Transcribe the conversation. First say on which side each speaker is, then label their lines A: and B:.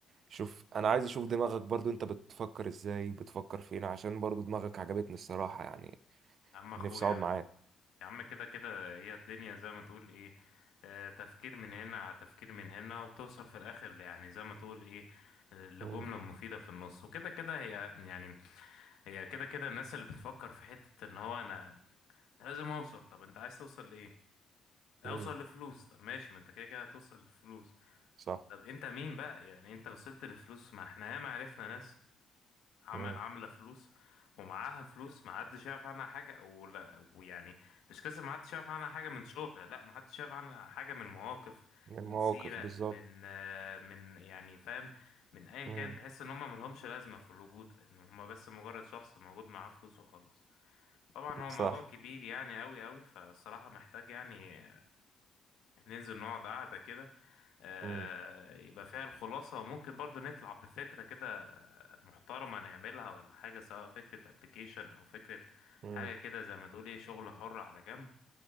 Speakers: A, on the right; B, on the left.
A: شوف أنا عايز أشوف دماغك برضه أنت بتفكر إزاي بتفكر فين عشان برضه دماغك عجبتني الصراحة يعني
B: يا عم اخويا
A: نفسي أقعد معاك
B: يا عم كده كده هي الدنيا زي ما تقول ايه آه تفكير من هنا على تفكير من هنا وبتوصل في الاخر يعني زي ما تقول ايه آه، لجملة
A: مم.
B: مفيدة في النص وكده كده هي يعني هي كده كده الناس اللي بتفكر في حتة ان هو انا أنا لازم اوصل طب انت عايز توصل لايه اوصل
A: مم.
B: لفلوس طب ماشي ما انت كده كده هتوصل لفلوس
A: صح
B: طب انت مين بقى يعني انت وصلت لفلوس ما احنا ياما عرفنا ناس عم-
A: مم.
B: عامله فلوس ومعاها فلوس ما حدش يعرف عنها حاجه ولا ويعني مش قصه ما حدش يعرف عنها حاجه من شغل لا ما حدش يعرف عنها حاجه من مواقف
A: المواقف
B: من سيره
A: بالظبط
B: من آه، من يعني فاهم من ايا
A: مم.
B: كان تحس ان هم ملهمش لازمه في الوجود ان هم بس مجرد شخص موجود معاه فلوس وخلاص طبعا هو
A: صح
B: موضوع كبير يعني قوي قوي فالصراحه محتاج يعني ننزل نقعد قعده كده آه،
A: مم.
B: يبقى فيها الخلاصة وممكن برضو نطلع بفكرة كده محترمة نعملها ولا حاجة سواء فكرة ابلكيشن أو فكرة
A: مم.
B: حاجة كده زي ما تقول ايه شغل حر على جنب